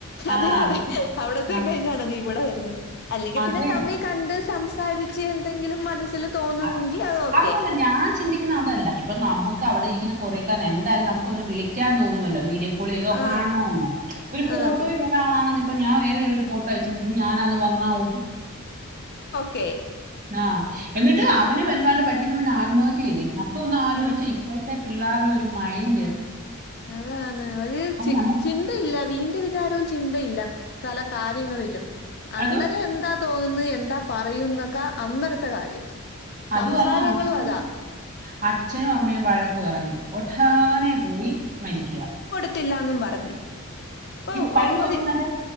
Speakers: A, on the right; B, on the left.
A: ആ
B: അതെ
A: അവിടുത്തെ
B: അതെ അവിടത്തേ
A: ആ
B: കഴിഞ്ഞാണ് നീ ഇവിടെ വരുന്നത് അല്ലെങ്കിൽ
A: അതെ
B: പിന്നെ തമിൽ കണ്ട് സംസാരിച്ച് എന്തെങ്കിലും മനസ്സിൽ തോന്നുമെങ്കിൽ
A: അതെ
B: അത് ഓക്കെ
A: അതുഅല്ലങ്കി ഞാൻ ചിന്തിക്കുന്ന അതല്ല ഇപ്പൊ നമുക്ക് അവിടെ ഇരിക്കുന്ന കൊറിയക്കാൻ എന്തായാലും നമുക്കൊന്ന് വിളിക്കാൻ തോന്നുമല്ലോ വീഡിയോ കോളെയ്തോ
B: ആഹ്
A: കാണ്ണോന്നൊ ഒരു ഫോട്ടോൽ
B: ആഹ്
A: ഒരാളാണ ഇപ്പൊ ഞാൻ വേറെ ഒരു ഫോട്ടോ അയച്ചിരുന്നത് ഞാനാന്ന് പറഞ്ഞാ ഓ
B: കെ
A: ആഹ് എന്നിട്ട് അവനും എന്താണ്ട് പറ്റിന്ന് പറഞ്ഞ് ആത്മഹത്യ ചെയ്തേക്കുന്നു അപ്പൊ ഒന്ന് ആലോചിച്ച
B: ഉം
A: ഇപ്പ ത്തെ പിള്ളേരുടെ ഒരു മൈന്റ്‌
B: അതാണ് ഒരു ചി
A: നമുക്ക്
B: ചിൻ ന്തയില്ല വീണ്ട് വിചാരവും ചിന്തയില്ല പല കാര്യങ്ങളിലും അന്നേരം
A: അതും
B: എന്താ തോന്നുന്നു എന്താ പറയുന്നൊക്ക അന്നത്തെ കാര്യം
A: അതുമല്ല
B: സംസാരങ്ങളും
A: അച്ഛൻ
B: അതാ
A: അച്ഛനും അമ്മയും വഴക്കു പറഞ്ഞു ഒട്ടാനെ പോയി മരിക്ക
B: ത്തില്ലാന്നും പറഞ്ഞു ഇപ്പൊ
A: കഴിഞ്ഞ
B: ഒമ്പത്
A: ദിവസം തന്നെ